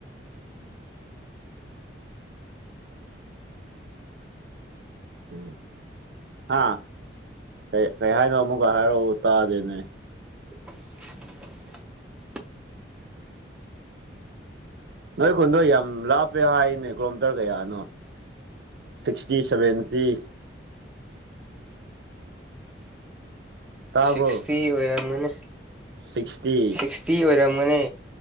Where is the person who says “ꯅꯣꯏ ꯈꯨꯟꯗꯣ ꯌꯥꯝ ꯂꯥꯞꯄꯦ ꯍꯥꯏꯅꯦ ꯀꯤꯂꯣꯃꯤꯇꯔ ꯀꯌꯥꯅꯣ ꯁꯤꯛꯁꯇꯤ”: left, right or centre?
Right